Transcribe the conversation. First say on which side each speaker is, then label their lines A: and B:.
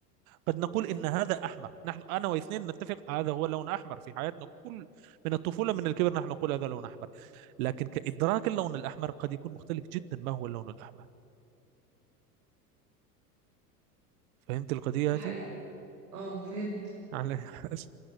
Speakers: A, on the right; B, on the right.
A: قد نقول إن هذا أحمر نحن أنا واثنين نتفق هذا هو لون أحمر في حياتنا كل من الطفولة من الكبر نحن نقول هذا لون أحمر لكن كإدراك اللون الأحمر قد يكون مختلف جدا ما هو اللون الأحمر فهمت القضية
B: ده
A: هذه؟
B: حقيقي اه فهمت
A: على <laughs>